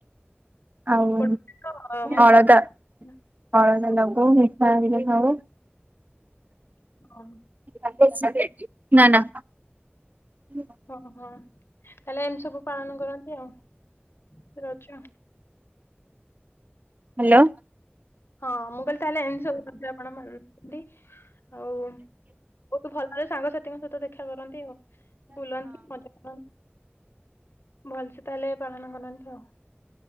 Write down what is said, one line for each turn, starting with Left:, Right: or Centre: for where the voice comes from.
Right: ଆଉ
Left: ଗୋଟେ ତ, ଅ ମୁଖ୍ୟ
Right: ଅଳତା
Left: ପିଠା।
Right: ଅଳତା
Left: ହଁ
Right: ଲଗାଉ ମିଠା ହେରିକା ଖାଉ।
Left: <unintelligible>
Right: <unintelligible> ନା ନା। <unintelligible>
Left: ହଁ ହଁ ତାହେଲେ ଏମିତି ସବୁ ପାଳନ କରନ୍ତି ଆଉ। ରଜ
Right: ହ୍ୟାଲୋ।
Left: ହଁ ମୁଁ କହିଲି ତାହେଲେ ଏମିତି ସବୁ ରଜ ଆପଣ ମନାନ୍ତି। ଆଉ ବହୁତ ଭଲରେ ସାଙ୍ଗସାଥିଙ୍କ ସହିତ ଦେଖା କରନ୍ତି ଆଉ। ବୁଲନ୍ତି ମଜା <unintelligible> ଭଲସେ ତାହେଲେ ପାଳନ କରନ୍ତି ଆଉ।